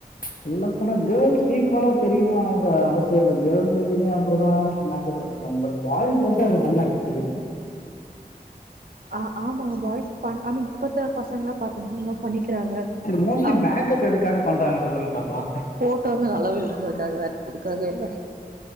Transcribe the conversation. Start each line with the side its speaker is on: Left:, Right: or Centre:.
Left: சொல்லப்போனா கேர்ள்ஸ் இக்வலா தெரியனும்னு அவங்க அவசிய இல்ல கேர்ள்ஸ்சு இவங்க அப்படிதா மேக்கப் பண்ணாங்க பட் பாய்ஸ் வந்து அது அன்னெஸ்ஸசரி
Right: அ ஆமாங்க பாய்ஸ் பண் ஆனா இப்பத்த பசங்கல்லா பாத்தீங்கன்னா என்மோ பண்ணிக்கிறாங்க
Left: இது மோஸ்ட்லி
Right: அவ
Left: மேக்கப் எதுக்காக பண்றாங்க சொல்லுங்க பாக்கலா
Right: போட்டோ வந்து நல்ல விழுகறதுக்காக வேறதுக்காக இல்ல